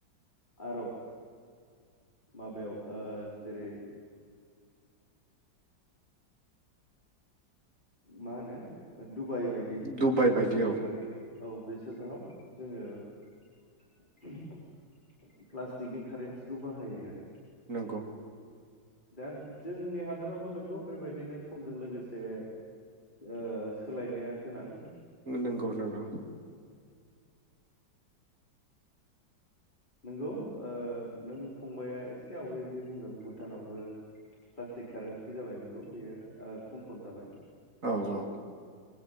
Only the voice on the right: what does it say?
दुबाइ
औ
नंगौ
नंगौ नंगौ
औ औ।